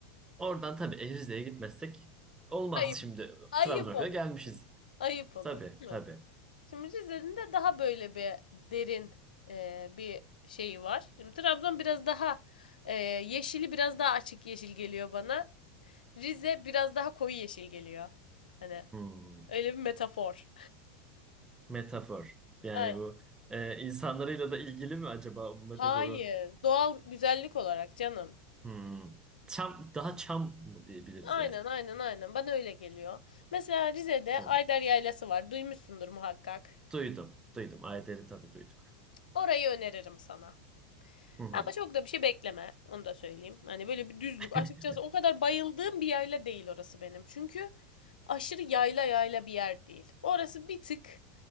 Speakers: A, on the right (about 15°); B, on the left (about 70°).
A: Oradan tabii Erizli'ye gitmezsek olmaz
B: Ayıp.
A: şimdi.
B: Ayıp
A: Trabzon'a
B: olur.
A: kadar gelmişiz.
B: Ayıp olur,
A: Tabii
B: değil
A: tabii.
B: mi? Şimdi Rize'nin de daha böyle bir derin eee, bir şeyi var. Şimdi Trabzon biraz daha eee, yeşili biraz daha açık yeşil geliyor bana. Rize biraz daha koyu yeşil geliyor. Hani
A: Hı.
B: öyle bir metafor.
A: Metafor. Yani
B: Ay,
A: bu e, insanlarıyla da ilgili mi acaba bu metaforu?
B: hayır. Doğal güzellik olarak canım.
A: Hmm. Çam, daha çam mı diyebiliriz
B: Aynen
A: yani?
B: aynen aynen. Bana öyle geliyor. Mesela Rize'de
A: Tabii.
B: Ayder Yaylası var. Duymuşsundur muhakkak.
A: Duydum. Duydum. Ayder'i tabii duyduk.
B: Orayı öneririm sana.
A: Hı hı.
B: Ama çok da bir şey bekleme. Onu da söyleyeyim. Hani böyle bir düzlük.
A: <laughs>
B: Açıkçası o kadar bayıldığım bir yayla değil orası benim. Çünkü aşırı yayla yayla bir yer değil. Orası bir tık